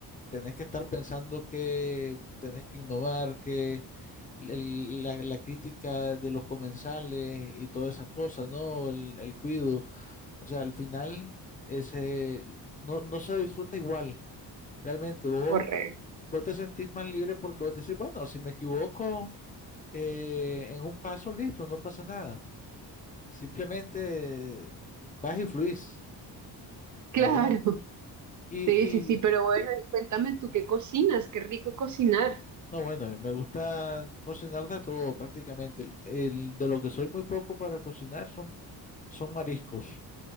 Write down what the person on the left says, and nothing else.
tenés que estar pensando que tenés que innovar, que el- la, la crítica de los comensales y todas esas cosas, ¿no? El, el cuido. O sea, al final ese, no, no se disfruta igual, realmente. Vos,
vos te sentís más libre porque vos decís, bueno, si me equivoco... eh, en un paso, listo, no pasa nada. Simplemente vas y fluís,
¿verdad? Y,
y
no, bueno, a mí me gusta cocinar de todo prácticamente. El, el- de lo que soy muy poco para cocinar son, son mariscos.